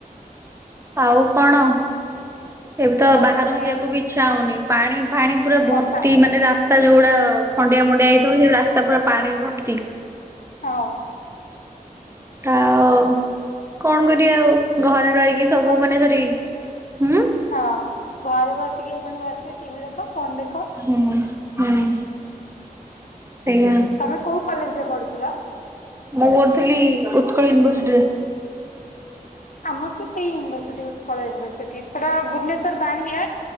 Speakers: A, on the right; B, on the left.
A: ଆଉ କଣ ଏବେ ତ
B: ଆଉ
A: ବାହାରକୁ
B: ତମେ
A: ଯିବାକୁ ବି ଇଚ୍ଛା ହଉନି ପାଣି ପାଣି ପୁରା ଭର୍ତ୍ତି
B: ବର୍ଷା
A: ମାନେ ରାସ୍ତା ଯୋଉଗୁଡା ଖଣ୍ଡିଆ ମଣ୍ଡିଆ ହେଇଥିବ ସେ ରାସ୍ତା ପୁରା ପାଣି ଭର୍ତି
B: ହଁ
A: ଆଉ କଣ କରିବା ଆଉ ଘରେ ରହିକି ସବୁ
B: ମୁଁ ଆସିଲି
A: ମାନେ ଧରି ହୁଁ
B: ହଁ ଘରେ ବସିକି ଏ କଣ ବସିବେ ଟିଭି ଦେଖ ଫୋନ ଦେଖ
A: ହଁ ହୁଁ ସେଇଆା
B: ତମେ କୋଉ କଲେଜରେ ପଢୁଥିଲ?
A: ମୁଁ କରୁଥିଲି ଉତ୍କଳ ୟୁନିଭରସିଟିରେ
B: ଆମର ତ ସେଇ ୟୁିର୍ସିଟି ଉତ୍କଳ ୟୁନିର୍ସିଟି ସେଇଟା ଭୁବନେଶ୍ୱର ବାଣୀ